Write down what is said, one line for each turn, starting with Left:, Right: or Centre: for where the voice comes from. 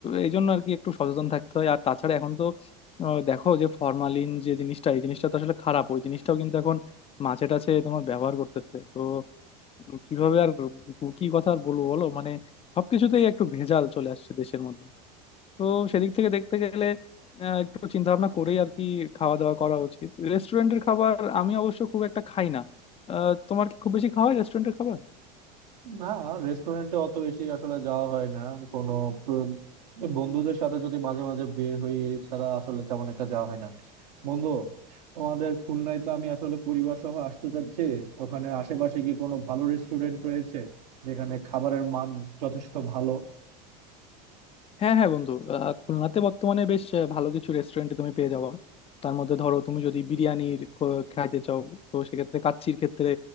Left: এই জন্য আর কি একটু সচেতন থাকতে হয় আর তাছাড়া এখন তো আহ, দেখো যে ফরমালিন যে জিনিসটা এই জিনিসটা তো আসলে খারাপ ওই জিনিসটাও কিন্তু এখন মাছে টাছে তোমার ব্যবহার করতেছে তো কিভাবে আর কি কথা আর বলবো বলো মানে সবকিছুতেই একটু ভেজাল চলে আসছে দেশের মধ্যে তো সেদিক থেকে দেখতে গেলে আহ, একটু চিন্তা ভাবনা করেই আর কি খাওয়া দাওয়া করা উচিত রেস্টুরেন্টের খাবার আমি অবশ্য খুব একটা খাই না আহ, তোমার কি খুব বেশি খাওয়া হয় রেস্টুরেন্টের খাবার
Right: না রেস্টুরেন্টে অত বেশি আসলে যাওয়া হয় না কোনো প্র- বন্ধুদের সাথে যদি মাঝে মাঝে বের হই এছাড়া আসলে তেমন একটা যাওয়া হয় না বন্ধু তোমাদের খুলনায় তো আমি আসলে পরিবার সহ আসতে চাচ্ছি ওখানে আশেপাশে কি কোনো ভালো রেস্টুরেন্ট রয়েছে যেখানে খাবারের মান যথেষ্ট ভালো
Left: হ্যাঁ হ্যাঁ বন্ধু আহ, খুলনাতে বর্তমানে বেশ আহ, ভালো কিছু রেস্টুরেন্টে তুমি পেয়ে যাবো তার মধ্যে ধরো তুমি যদি বিরিয়ানির খো- খাইতে চাও তো সেক্ষেত্রে কাচ্চির ক্ষেত্রে